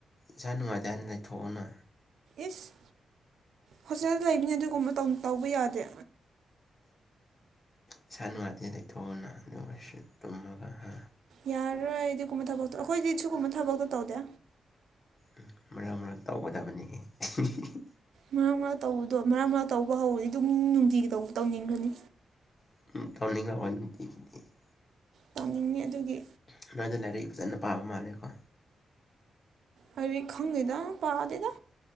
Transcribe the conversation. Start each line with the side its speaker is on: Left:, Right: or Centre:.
Left: ꯏꯁꯥ ꯅꯨꯡꯉꯥꯏꯇ‌ꯦ ꯍꯥꯏꯅ ꯂꯩꯊꯣꯛꯑ‌ꯣꯅꯥ
Right: ꯏꯁ ꯍꯣꯁꯇꯦꯜ ꯂꯩꯕꯅꯤ ꯑꯗꯨꯒꯨꯝꯕ ꯇꯧ ꯇꯧꯕ ꯌꯥꯗꯦ
Left: ꯏꯁꯥ ꯅꯨꯡꯉꯥꯇꯤ ꯂꯩꯊꯣꯛꯑ‌ꯣꯅꯥ ꯑꯗꯨ ꯑꯣꯏꯔꯁꯨ ꯇꯨꯝꯃꯒ ꯍꯥ
Right: ꯌꯥꯔꯔꯣꯏ ꯑꯥꯗꯤꯒꯨꯝꯕ ꯊꯕꯛꯇꯨ ꯑꯩꯈꯣꯏꯗꯤ ꯁꯤꯒꯨꯝꯕ ꯊꯕꯛꯇꯣ ꯇꯧꯗꯦ
Left: ꯎꯝ ꯃꯔꯛ ꯃꯔꯛ ꯇꯧꯒꯗꯕꯅꯤ <unintelligible>
Right: ꯃꯔꯛ ꯃꯔꯛ ꯇꯧꯕꯗꯣ ꯃꯔꯛ ꯃꯔꯛ ꯇꯧꯕ ꯍꯧꯔꯗꯤ ꯑꯗꯨꯝ ꯅꯨꯡꯇꯤꯒꯤ ꯇꯧꯕ ꯇꯧꯅꯤꯡꯈ꯭ꯔꯅꯤ
Left: <unintelligible>
Right: ꯇꯧꯅꯤꯡꯉꯤ ꯑꯗꯨꯒꯤ
Left: <unintelligible> ꯂꯥꯏꯔꯤꯛ ꯐꯖꯅ ꯄꯥꯕ ꯃꯥꯜꯂꯦꯀꯣ
Right: ꯍꯥꯏꯔꯤ ꯈꯪꯗꯦꯗ ꯄꯥꯗꯦꯗ